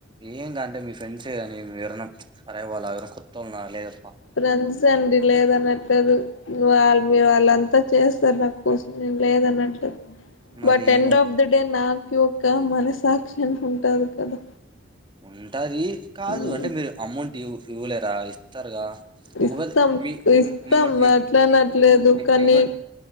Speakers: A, on the right; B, on the left.
A: ఏం కాదు లే అంటే మీ ఫ్రెండ్స్ ఏ కాని విరన్నాం పరే వాళ్ళు ఆర కొత్త వాళ్ళులేదు
B: ఫ్రెండ్స్ అండి లేద అనట్లేదు వాళ మీరు వాళ్ళంతా చేస్తారు నాకు కోసం నేను లేదన్నట్లే
A: మరి
B: బట్ ఎండ్
A: ఏమవుతుంది
B: ఆఫ్ ద డే నక్ ఒక మనసాక్షిం ఉంటంది కదా
A: ఉంటది కాదు
B: మ్
A: అంటే మీరు అమౌంట్ ఇవ ఇవ్వలేరా ఇస్తారుగా ఒకవేళ
B: ఇస్తాం
A: మీ
B: ఇస్తాం
A: నేను కూడా
B: అట్లానట్లేదు కానీ
A: నేను కూడా